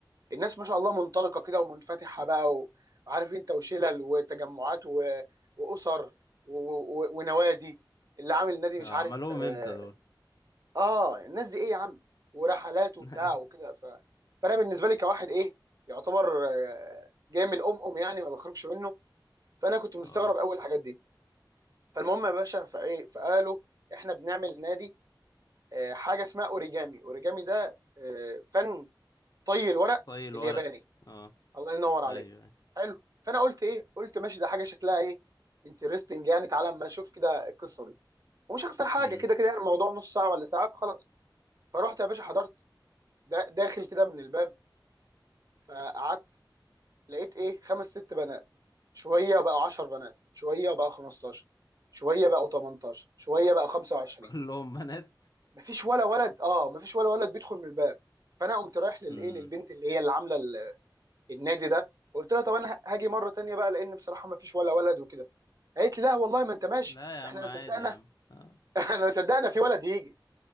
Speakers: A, on the right; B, on the left.
A: الناس ما شاء الله منطلقه كده ومنفتحه بقى و- وعارف انت وشلل وتجمعات و- واسر و- و- ونوادي اللي عامل نادي مش
B: اه
A: عارف
B: عملوهم
A: آه،
B: امتى دول
A: اه الناس دي ايه يا عم ورحلات
B: <laughs>
A: وبتاع وكده ف... فانا بالنسبه لي كواحد ايه يعتبر آه، جاي من الام ام يعني ما بخرجش منه فانا كنت مستغرب
B: اه
A: اول الحاجات دي فالمهم يا باشا فايه فقالوا احنا بنعمل نادي آه، حاجه اسمها اوريجامي اوريجامي ده آه، فن طي الورق
B: طي الورق
A: الياباني
B: اه
A: الله ينور عليك
B: ايوه
A: حلو فانا قلت ايه قلت ماشي ده حاجه شكلها ايه انترستنج يعني تعالى اما اشوف كده القصه دي ومش هخسر حاجه
B: امم
A: كده كده يعني الموضوع نص ساعه ولا ساعه خلاص فرحت يا باشا حضرت دا- داخل كده من الباب فقعدت لقيت ايه خمس ست بنات شويه بقوا 10 بنات شويه بقوا 15 شويه بقوا 18 شويه بقوا 25
B: <laughs> كلهم بنات
A: مفيش ولا ولد اه مفيش ولا ولد بيدخل من الباب فانا قمت رايح للايه
B: امم
A: للبنت اللي هي اللي عامله ال- النادي ده قلت لها طب انا هاجي مره تانية بقى لان بصراحه مفيش ولا ولد وكده قالت لي لا والله ما انت ماشي
B: لا يا عم
A: احنا ما
B: عادي
A: صدقنا
B: يا عم اه
A: <laughs> احنا ما صدقنا في ولد يجي